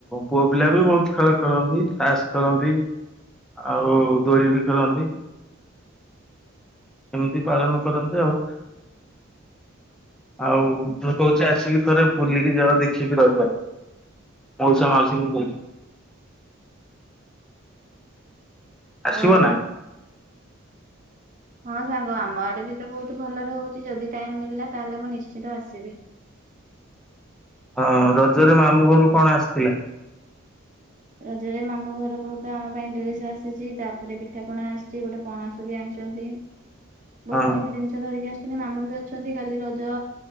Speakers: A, in the centre; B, on the right.
A: ପୁଅ ପିଲା ବି ବହୁତ ଖେଳ ଖେଳନ୍ତି ତାସ୍ ଖେଳନ୍ତି। ଆଉ ଦୋଳି ବି ଖେଳନ୍ତି। ଏମିତି ପାଳନ କରନ୍ତି ଆଉ, ଆଉ ଦୁ କହୁ ନିଜେଆସିକି ଥରେ ବୁଲିକି ଯାଅ ଦେଖିକି ରଜ ମଉସା ମାଉସୀଙ୍କୁ ଧରିି ଆସିବ
B: ଆଉ ଆମର
A: ନା
B: ହଁ ସାଙ୍ଗ ଆମ ଆଡେ ବି ତ ବହୁତ ଭଲରେ ହଉଛି, ଯଦି ଟାଇମ ମିଳିଲା ତାହେଲେ ମୁଁ ନିଶ୍ଚିତ ଆସିବି।
A: ହଁ ରଜରେ ମାମୁଁ ଘରୁ କଣ ଆସିଥିଲା?
B: ରଜରେ, ମାମୁ ଘର ବହୁ ତ ଆମ ପାଇଁ ଡ୍ରେସ ଆସିଛି, ତାପରେ ପିଠାପଣା ଆସିଛି, ଗୋଟେ ପଣସ ବି ଆଣିଚନ୍ତି। ବହୁତ
A: ହଁ
B: କିଛି ଜିନିଷ ଧରିକି ଆ ଅଛନ୍ତି, ମାମୁଁ ବି ଅଛନ୍ତି କାଲି ରଜ